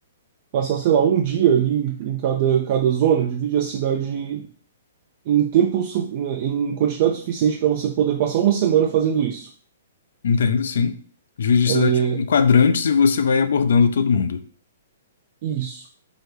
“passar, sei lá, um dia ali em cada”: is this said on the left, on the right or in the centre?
Right